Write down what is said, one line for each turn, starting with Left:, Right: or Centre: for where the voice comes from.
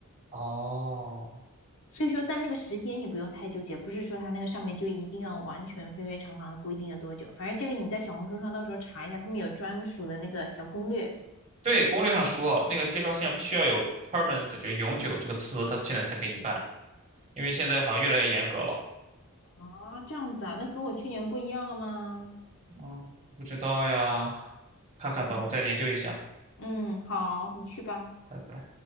Right: 哦，
Left: 所以说，但那个时间你不用太纠结，不是说它那个上面就一定要完全非非常常地规定了多久，反正这个你在小红书上到时候查一下，他们有专属的那个小攻略
Right: 对，攻略上说，那个介绍信上必须要有 permanent，就永久这个词，他现在才给你办，因为现在好像越来越严格了。
Left: 啊，这样子啊，那跟我去年不一样了吗？
Right: 嗯，不知道呀，看看吧，
Left: 哎，
Right: 我再研究一下。
Left: 嗯，好，你去吧。
Right: 拜拜。